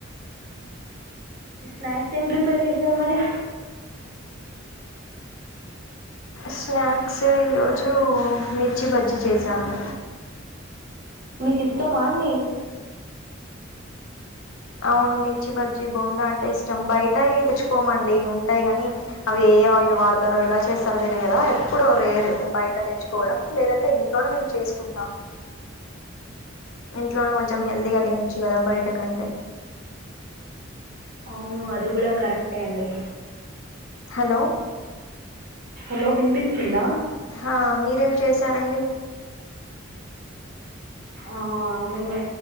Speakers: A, on the right; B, on the left.
A: స్నాక్స్ ఏమి ప్రీ <unintelligible> చేసారు మరి
B: స్నాక్స్ ఈరోజు మిర్చి బజ్జీ చేశాను
A: మీకు ఇష్టమా అండి
B: అవును మిర్చి బజ్జి బోండా అంటే ఇష్టం బయటయ్ తెచ్చుకోమండి ఉంటాయి కాని అవి ఏ ఆయిల్ వాడతారో ఇలా చేస్తారో తెలియ కదా ఎప్పుడు రేరు బయట తెచ్చుకోవడం లేదంటే ఇంట్లోనే మేము చే చేసుకుంటాం
A: అ
B: ఇంట్లోనే కొంచెం హెల్దీగా తినొచ్చు కదా బయట కంటే
A: అవును అది కూడా కరెక్టే అండి
B: హలో
A: హలో వినిపిస్తుందా
B: హ మీరు ఏం చేసారండి
A: ఆ మేము